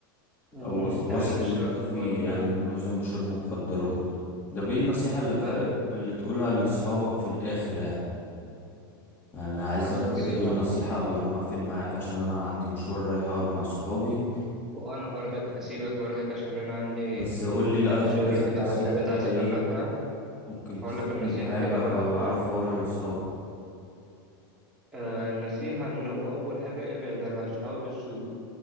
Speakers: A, in the centre; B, on the left (about 20°).
A: أمم،
B: او
A: انت
B: الوسط
A: عارف الش-
B: اللي
A: الوقت
B: انت فيه
A: معظم
B: يعني
A: شباب
B: معظم بيشرب مخدرات ده بايه النصيحة اللي, ف...
A: ايوه
B: اللي تقولها لصحابك في الاخر يعني يعني انا عايزك
A: النصيحة
B: كده تقول نصيحة قبل ما اقفل معاك عشان انا عندي مشوار رايح اقعد مع صحابي
A: وانا بردك هسيبك بردك عشان انا عندي
B: بس قول لي لأ
A: عندي
B: في
A: شغل
B: الاخر
A: كده
B: نصيحة
A: حسابات
B: كده
A: عايز
B: ايه
A: اخلصها
B: ممكن
A: هقول
B: تفيدني
A: لك النصيحة
B: بحاجة
A: كده برضك
B: او اعرف
A: هو
B: اقولها لصحابي
A: آه النصيحة إن هو أول حاجة ابعد عن أصحاب السوء